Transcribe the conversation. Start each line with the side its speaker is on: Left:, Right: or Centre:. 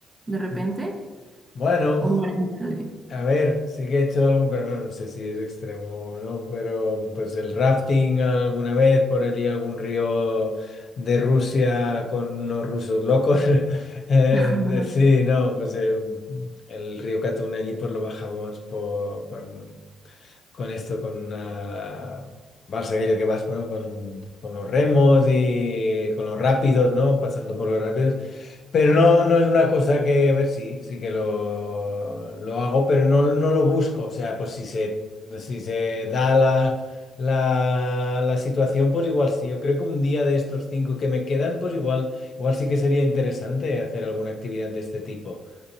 Right: de repente?
Left: Mm, Bueno,
Right: ¿O no eres mucho de...?
Left: a ver, sí que he hecho algún, pero bueno, no sé si es extremo o no, pero pues el rafting alguna vez por allí, algún río de Rusia con unos rusos locos. <laughs> Eh,
Right: <laughs>
Left: de- sí, no, pues eh, el río Katun allí pues lo bajamos por- con, con esto, con una... Vas aquello que vas, bueno, con, con los remos y con los rápidos, ¿no? Pasando por los rápidos. Pero no, no es una cosa que, a ver, sí, sí que lo, lo hago, pero no, no lo busco. O sea, pues si se, si se da la, la, la situación, pues igual sí. Yo creo que un día de estos cinco que me quedan, pues igual, igual sí que sería interesante hacer alguna actividad de este tipo.